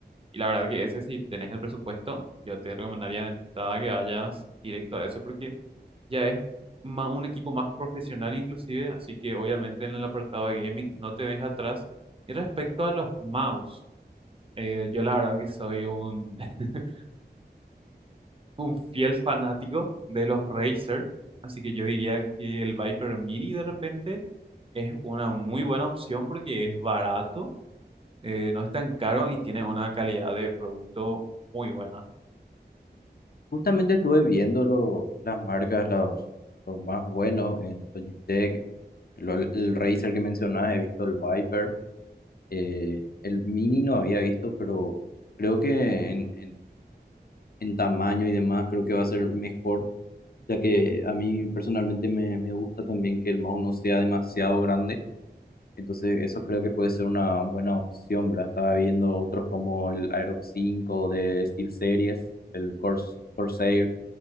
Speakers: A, on the right; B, on the left.
A: Y la verdad que ese si tenés el presupuesto, yo te recomendaría de entrada que vayas directo a eso porque ya es ma- un equipo más profesional inclusive, así que obviamente en el apartado de gaming no te deja atrás. Y respecto a los mouse, eh, yo la verdad que soy un, <laughs> un fiel fanático de los Racer, así que yo diría que el Viper Mini de repente es una muy buena opción porque es barato, eh, no es tan caro y tiene una calidad de producto muy buena.
B: Justamente estuve viendo lo- las marcas, los, los más buenos en Logitech, lo- el Razer que mencionabas he visto el Viper. Eh, el mini no había visto, pero creo que en, en- en tamaño y demás creo que va a ser mejor, ya que a mí personalmente me, me gusta también que el mouse no sea demasiado grande. Entonces eso creo que puede ser una buena opción, ¿verdad? Estaba viendo otros como el Aerox 5 de SteelSeries, el Cors- Corsair,